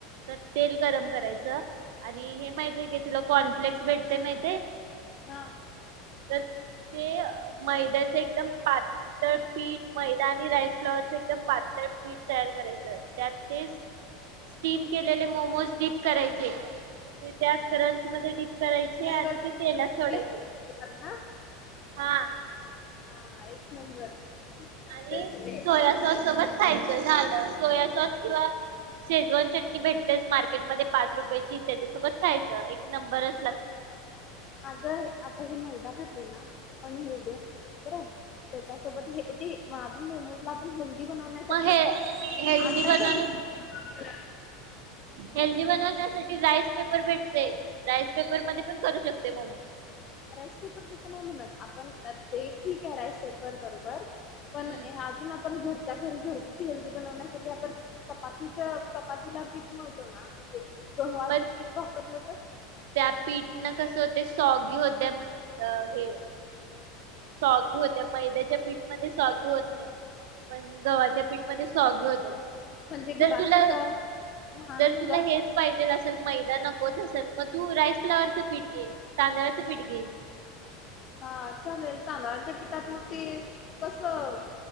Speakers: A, on the right; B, on the left.
A: तर तेल गरम करायचं आणि हे माहितीय का तुला कॉनफ्लेक्स भेटतेय माहितेय?
B: हा.
A: तर ते मैद्याचे एकदम पात ळ पीठ, मैदा आणि राईस फ्लॉवरचे एकदम पातळ पीठ तयार करायचं, त्यात ते स्टीम केलेले मोमोज डीप करायचे, ते त्या क्रंचमध्ये डीप करायचे
B: असं
A: आणि ते तेलात
B: ना
A: सोडायचे, हा.
B: हा, एक नंबर. छान
A: आणि
B: रेसिपी आहे
A: सोया सॉस सोबत खायचं झालं. सोया सॉस किंवा शेजवान चटणी भेटतेस मार्केटमध्ये पाच रुपयाची, त्याच्यासोबत खायचं. एक नंबरच लाग
B: अगं आता हे मैदा घातलो ना, हे अनहेल्दी असतंय. बरोबर आहे? मग त्याच्यासोबत हे ते मग अजून मोमोजला पण हेल्दी बनवण्यासाठी,
A: मग हे हेल्दी
B: आटा
A: बनवण्या
B: घालु शकत <unintelligible>
A: हेल्दी बनवण्यासाठी राइस पेपर भेटतंय. राइस पेपरमध्ये पण करू शकतोय मोमोज.
B: राइस पेपर तसं नाही म्हणत आपण, ते एक ठीक आहे राइस पेपर बरोबर. पण,
A: हम्म.
B: हे अजून आपण घर च्या घरी घरगुती हेल्दी बनवण्यासाठी आपण, चपातीचं चपातीला पीठ मिळतो ना? गव्हाचं
A: पण
B: पीट वापरलं तर?
A: त्या पीठनं कसं होते सॉगी होतेय, अं हे सॉगी होत्या, मैद्याच्या पीठमध्ये सॉगी होत नाही. पण गव्हाच्या पीठमध्ये सॉगी होतेत.
B: म्हणजे घरात
A: जर तुला,
B: कसं लहान
A: जर
B: मुलं
A: तुला
B: असतात
A: हेच पाहि जेल असेल तर मैदा नकोच असलं, मग तू राईस फ्लाॉवरचं पीठ घे, तांदळाचं पीठ घे.
B: हा चालेल, तांदळच्या पीठात मग ते कसं